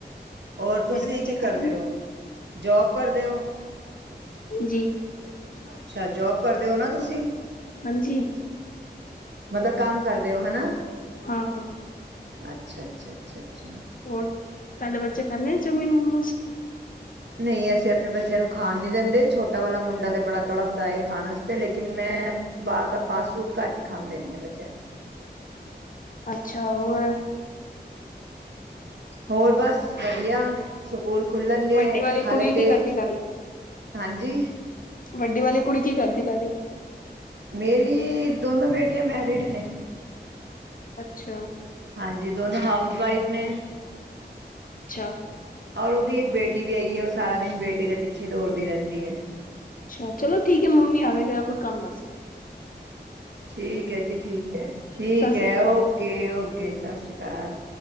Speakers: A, on the right; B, on the left.
A: ਹੋਰ
B: ਤੁਹਾਡੇ
A: ਤੁਸੀਂ
B: ਬੱਚੇ
A: ਕੀ
B: ਖਾਂਦੇ
A: ਕਰਦੇ
B: ਨੇ
A: ਹੋ ਜੋਬ ਕਰਦੇ ੳ
B: ਜੀ
A: ਅੱਛਾ ਜੋਬ ਕਰਦੇ ਹੋ ਨਾ ਤੁਸੀਂ
B: ਹਾਂਜੀ
A: ਮਤਲਬ ਕੰਮ ਕਰ ਦੇ ਓ ਹਨਾ।
B: ਹਾਂ ਹਾਂ
A: ਅੱਛਾ ਅੱਛਾ ਅੱਛਾ ਅੱਛਾ
B: ਹੋਰ ਤੁਹਾਡੇ ਬੱਚੇ ਖਾਂਦੇ ਨੇ ਚੋਮਿਨ ਮੋਮੋਸ
A: ਨਹੀਂ ਅਸੀਂ ਆਪਣੇ ਬੱਚਿਆਂ ਨੂੰ ਖਾਣ ਨਹੀਂ ਦਿੰਦੇ ਛੋਟਾ ਵਾਲਾ ਮੁੰਡਾ ਤੇ ਬੜਾ ਤੜਫਦਾ ਹੈ ਖਾਣ ਵਾਸਤੇ ਲੇਕਿਨ ਮੈਂ ਬਾਹਰ ਦਾ ਫਾਸਟ ਫੂਡ ਘੱਟ ਈ ਖਾਣ ਦੇਨੀ ਹਾਂ ਬੱਚਿਆਂ ਨੂੰ
B: ਅੱਛਾ ਹੋਰ
A: ਹੋਰ ਬਸ ਵਧੀਆ ਸਕੂਲ ਖੁਲਣਗੇ
B: ਵੱਡੀ ਵਾਲੀ
A: ਹਾਲੇ
B: ਕੁੜੀ ਕੀ
A: ਤੇ
B: ਕਰਦੀ ਤੁਹਾਡੀ?
A: ਹਾਂਜੀ
B: ਵੱਡੀ ਵਾਲੀ ਕੁੜੀ ਕੀ ਕਰਦੀ ਤੁਹਾਡੀ?
A: ਮੇਰੀ ਦੋਨੋ ਬੇਟੇ ਟੀਆਂ ਮੈਰਿਡ ਨੇ
B: ਅੱਛਾ
A: ਹਾਂਜੀ ਦੋਨੋ ਹਾਊਸ ਵਾਈਫ ਨੇ
B: ਅੱਛਾ
A: ਔਰ ਉਹਦੀ ਇੱਕ ਬੇਟੀ ਵੀ ਹੈਗੀ ਹੈ ਉਹ ਸਾਰਾ ਦਿਨ ਬੇਟੀ ਦੇ ਪਿੱਛੇ ਦੌੜਦੀ ਰਹਿੰਦੀ ਹੈ।
B: ਅੱਛਾ ਚਲੋ ਠੀਕ ਹੈ ਮੰਮੀ ਆ ਗਏ ਜਰਾ ਕੋਈ ਕੰਮ ਦੱਸ ਰਹੀ।
A: ਠੀਕ ਹੈ ਜੀ ਠੀਕ ਹੈ ਠੀਕ
B: ਸਤਿ ਸ੍ਰੀ
A: ਹੈ
B: ਅਕਾਲ
A: ਓਕੇ ਓਕੇ ਸਤਿ ਸ੍ਰੀ ਅਕਾਲ